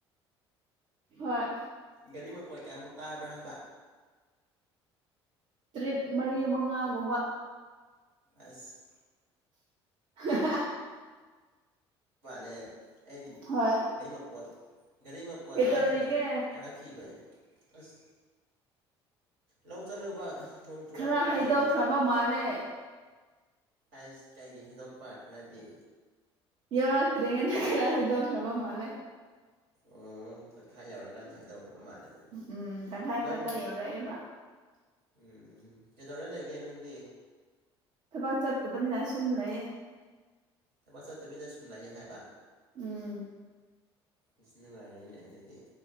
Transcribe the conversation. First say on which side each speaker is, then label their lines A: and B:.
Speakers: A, on the right (about 50°); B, on the right (about 65°).
A: ꯍꯣꯏ
B: ꯒꯥꯔꯤ ꯃꯄꯣꯠ ꯀꯌꯥꯃꯨꯛ ꯇꯥꯕ꯭ꯔꯥ ꯍꯥꯏꯕ
A: ꯇꯔꯤꯞ ꯃꯔꯤ ꯃꯉꯥꯒꯨꯝꯕ
B: ꯑꯁ
A: <unintelligible>
B: ꯃꯥꯂꯦ ꯑꯩꯗꯤ
A: ꯍꯣꯏ
B: ꯒꯥꯔꯤ ꯃꯄꫭꯠ ꯒꯥꯔꯤ ꯃꯄꯣꯠ
A: ꯀꯩꯇꯧꯔꯤꯒꯦ
B: ꯇꯔꯥ ꯍꯦꯟꯅ ꯍꯥꯏꯔꯛ ꯈꯤꯕꯅꯦ ꯑꯁ ꯂꯧ ꯆꯠꯂꯨꯕ ꯅꯣꯡ ꯆꯨꯔꯛꯄꯒꯤ
A: ꯈꯔ ꯍꯥꯏꯗꯣꯛꯈ꯭ꯔꯕ ꯃꯥꯜꯂꯦ
B: ꯑꯥꯏꯁ ꯀꯩꯒꯤ ꯍꯩꯗꯣꯛꯄ ꯈꯔꯗꯤ
A: ꯌꯧꯔꯛꯇ꯭ꯔꯤꯉꯩꯗ ꯈꯔ ꯍꯩꯗꯣꯛꯈ꯭ꯔꯕ ꯃꯥꯜꯂꯦ
B: ꯑꯣ ꯇꯪꯈꯥꯏ ꯌꯧꯔꯀꯥꯟꯗ ꯍꯥꯏꯗꯧꯈ꯭ꯔꯕ ꯃꯥꯜꯂꯦ ꯑꯗꯨ
A: ꯎꯝ ꯇꯪꯈꯥꯏ
B: ꯅꯪ
A: ꯈꯛꯇ ꯌꯧꯔꯛꯑꯦꯕ
B: ꯎꯝ ꯀꯩꯗꯧꯔ ꯂꯩꯒꯦ ꯅꯪꯗꯤ
A: ꯊꯕꯛ ꯆꯠꯇꯕꯅꯤꯅ ꯁꯨꯝ ꯂꯩꯌꯦ
B: ꯊꯕꯛ ꯆꯠꯇꯕꯤꯗ ꯁꯨꯝ ꯂꯩꯩ ꯍꯥꯏꯕ
A: ꯎꯝ
B: ꯏꯁ ꯅꯨꯡꯉꯥꯏꯔꯦꯅꯦ ꯑꯗꯨꯗꯤ